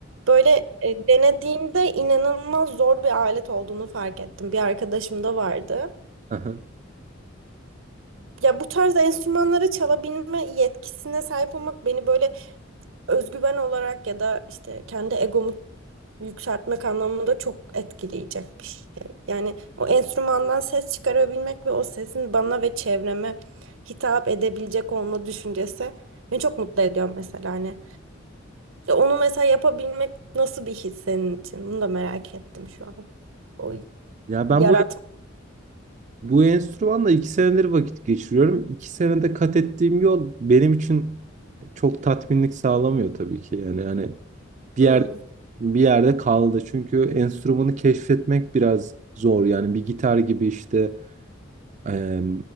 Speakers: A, on the right; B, on the right.
A: böyle e, denediğimde inanılmaz zor bir alet olduğunu fark ettim. Bir arkadaşım da vardı.
B: Aha.
A: Ya bu tarzda enstrümanları çalabilme yetkisine sahip olmak beni böyle özgüven olarak ya da işte kendi egomu yükseltmek anlamında çok etkileyecek bir şey. Yani o enstrümandan ses çıkarabilmek ve o sesin bana ve çevreme hitap edebilecek olma düşüncesi beni çok mutlu ediyor mesela hani. Ya onu mesela yapabilmek nasıl bir his senin için? Bunu da merak ettim şu an. O
B: Ya ben
A: yaratmayı.
B: bu bu enstrümanla iki senedir vakit geçiriyorum. İki senede kat ettiğim yol benim için çok tatminlik sağlamıyor tabii ki. Yani hani bir
A: Hmm.
B: yerde bir yerde kaldı. Çünkü enstrümanı keşfetmek biraz zor. Yani bir gitar gibi işte Eee,